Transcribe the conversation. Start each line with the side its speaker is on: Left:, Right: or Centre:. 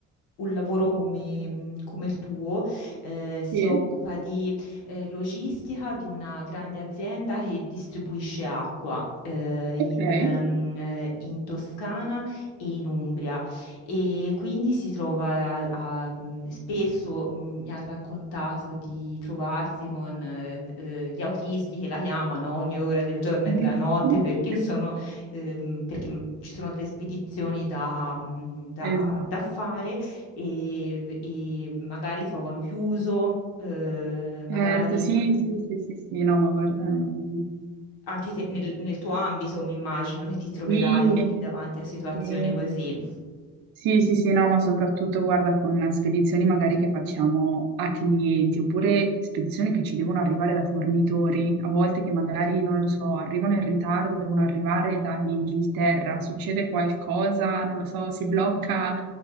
Left: un lavoro come, mh, come il tuo, eh, si
Right: Sì,
Left: occupa di eh, logistica di una grande azienda che distribuisce acqua. eh,
Right: ok.
Left: In, ehm, eh, in Toscana e in Umbria e quindi si trova a- a- mh, spesso mh, mi ha raccontato di trovarsi con eh, d- eh, gli autisti che la chiamano ogni ora del giorno
Right: <laughs>
Left: e della notte perché sono ehm, perché ci sono delle spedizioni da, mh, da-
Right: Esatto.
Left: da fare e, e magari trovano chiuso, eh, magari
Right: Certo, sì, sì, sì, sì, sì, no, ma guarda, ehm,
Left: anche te- nel, nel tuo ambito mi immagino che ti troverai
Right: sì,
Left: davanti a situazioni
Right: sì,
Left: così.
Right: sì, sì, sì, no, ma soprattutto guarda con spedizioni magari che facciamo a clienti oppure spedizioni che ci devono arrivare da fornitori, a volte che magari, non lo so, arrivano in ritardo, devono arrivare dall'Inghilterra, succede qualcosa, non lo so, si blocca